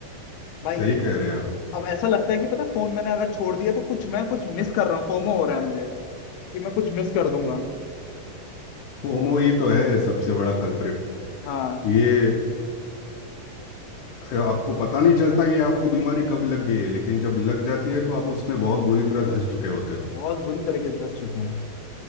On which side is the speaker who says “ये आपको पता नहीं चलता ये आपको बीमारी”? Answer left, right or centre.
Left